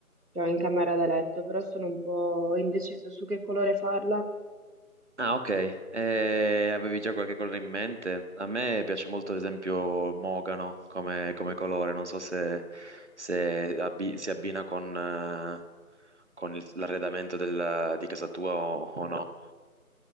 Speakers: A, on the right; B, on the right.
A: che ho in camera da letto, però sono un po' indeciso su che colore farla.
B: Ah, ok, Eh, avevi già qualche colore in mente? A me piace molto, ad esempio, Mogano come, come colore, non so se, se abbi- si abbina con, eh, con il- l'arredamento della- di casa tua o, o no.